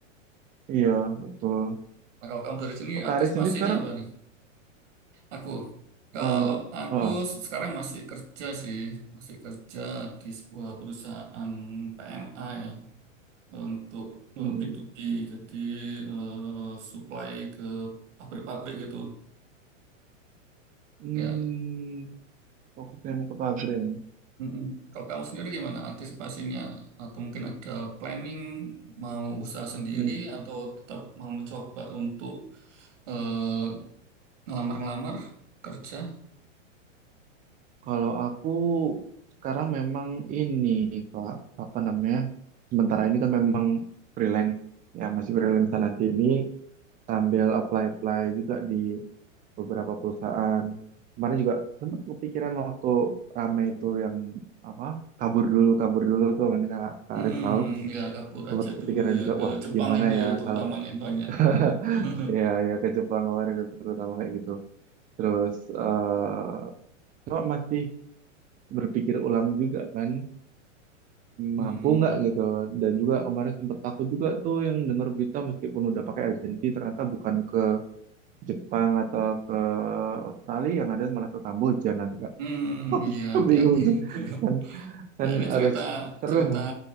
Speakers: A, on the right; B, on the right.
A: Iya, betul.
B: Nah, kalau kamu dari sini
A: Oh, Kak
B: antisipasinya
A: Aris sendiri sekarang
B: apa nih? Aku, kalau
A: eh
B: aku
A: eh,
B: sekarang masih kerja sih, masih kerja di sebuah perusahaan PMA ya, untuk
A: hmm,
B: eh, B2B, jadi eh, supply ke pabrik-pabrik gitu.
A: hmm,
B: Ya.
A: fokusnya emang ke pabrik.
B: Mm-mm. Kalau kamu sendiri gimana antisipasinya? Atau mungkin ada planning mau usaha sendiri
A: Hmm.
B: atau tetap mau mencoba untuk eh, ngelamar-ngelamar kerja?
A: Kalau aku sekarang memang ini, Pak, apa namanya? Sementara ini kan memang freelance ya, masih freelance sana sini sambil apply-apply juga di beberapa perusahaan. Kemarin juga sempat kepikiran waktu rame itu yang apa kabur dulu kabur dulu tuh ini karena Kak
B: Mm-mm.
A: Aris tahu
B: Ya kabur
A: sempat
B: aja
A: kepikiran
B: dulu ya
A: juga
B: ke
A: wah
B: Jepang
A: gimana
B: itu
A: ya
B: ya terutamanya
A: kalau
B: yang banyak.
A: <laughs>
B: <laughs>
A: ya ya ke Jepang kemarin terutama kayak gitu. Terus eh cuma masih berpikir ulang juga kan
B: Hmm,
A: mampu nggak gitu dan juga kemarin sempat takut juga tuh yang dengar berita meskipun udah pakai agensi ternyata bukan ke Jepang atau ke Australia yang ada malah ke Kamboja nanti <laughs>
B: hmm, iya hati-hati.
A: bingung tuh
B: <laughs>
A: kan kan
B: Ya ini
A: harus
B: cerita
A: serem
B: cerita
A: loh.